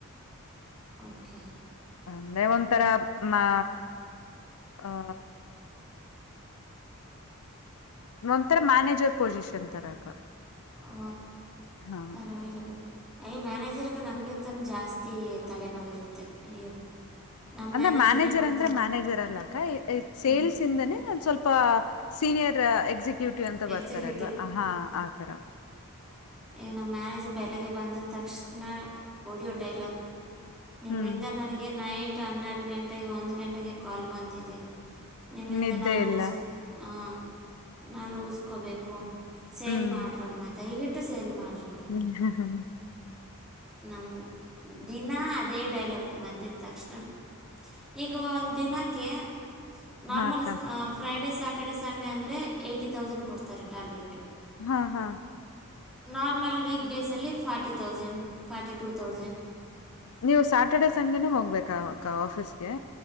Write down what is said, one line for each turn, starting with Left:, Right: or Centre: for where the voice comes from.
Centre: ಓಕೆ
Left: ಅಂದರೆ ಒಂಥರ ಮಾ ಅ ಒಂಥರ ಮ್ಯಾನೇಜರ್ ಪೊಸಿಷನ್ ತರಕ
Centre: ಓ
Left: ಹಾ.
Centre: ಪರವಾಗಿಲ್ಲ ಬಿಡು ಅಯ್ಯೋ ಮ್ಯಾನೇಜರ್ಗೆ ನಮ್ಗಿಂತನೂ ಜಾಸ್ತಿ ತಲೆನೋವು ಇರುತ್ತೆ ಅಯ್ಯೋ ನಮ್ಮ
Left: ಅಂದ್ರೆ
Centre: ಮ್ಯಾನೇಜರ್ನೇ
Left: ಮ್ಯಾನೇಜರ್
Centre: ನೋಡ್ತಂಡು
Left: ಅಂದ್ರೆ ಮ್ಯಾನೇಜರ್ ಅಲ್ಲ ಅಕ್ಕ ಸೇಲ್ಸ್
Centre: ಹ್ಞೂ
Left: ಇಂದನೆ ಸ್ವಲ್ಪ ಸೀನಿಯರ್ ಎಕ್ಸಿಕ್ಯೂಟಿವ್ ಅಂತ
Centre: ಎಕ್ಸಿಕ್ಯೂಟಿವ್
Left: ಬರ್ತಾರಲ್ವಾ ಹಾ ಆತರ
Centre: ಈಗ ನಮ್ಮ ಮ್ಯಾನೇಜ್ ಬೆಳಿಗ್ಗೆ ಬಂದ ತಕ್ಷಣ ಓಡಿಯೋ ಡೈಲಾಗ್ ನಿಮ್ಮಿಂದ
Left: ಹ್ಮ್
Centre: ನನಗೆ ನೈಟ್ ಹನ್ನೆರಡು ಗಂಟೆ <unintelligible> ಒಂದು ಗಂಟೆಗೆ ಕಾಲ್ ಬಂದಿದೆ ನಿಮ್ಮಿಂದ
Left: ನಿದ್ದೆ
Centre: ನಾನು ಉಗಿಸ್ಕೊ
Left: ಇಲ್ಲ
Centre: <unintelligible> ಹಾ ನಾನು ಮುಗಿಸ್ಕೋಬೇಕು ಸೇಲ್
Left: ಹ್ಮ್
Centre: ಮಾಡ್ರಮ್ಮ ದಯವಿಟ್ಟು ಸೇಲ್ ಮಾಡ್ರಿ.
Left: ಹ ಹ್ಮ ಹ್ಮ <unintelligible> <unintelligible>
Centre: ನಮ್ಮ ದಿನ ಅದೇ ಡೈಲಾಗ್ ಬಂದಿದ ತಕ್ಷಣ ಈಗ ಒಂದ್ ದಿನಕ್ಕೆ ನಾರ್ಮಲ್
Left: ಹಾ ಅಕ್ಕ
Centre: ಫ್ರೈಡೇ ಸಾಟರ್ಡೆ ಸಂಡೇ ಅಂದರೆ ಎಯ್ಟಿ ತೌಸಂಡ್ ಕೊಡ್ತಾರೆ ಟಾರ್ಗೆಟು.
Left: ಹಾ ಹಾ
Centre: ನಾರ್ಮಲ್ ವೀಕ್ ಡೇಸಲ್ಲಿ forty thousand forty two thousand
Left: ನೀವು ಸ್ಯಾಟರ್ಡೆ ಸಂಡೇನೂ ಹೋಗ್ಬೇಕಾ ಅಕ್ಕಾ ಆಫೀಸ್ಗೆ.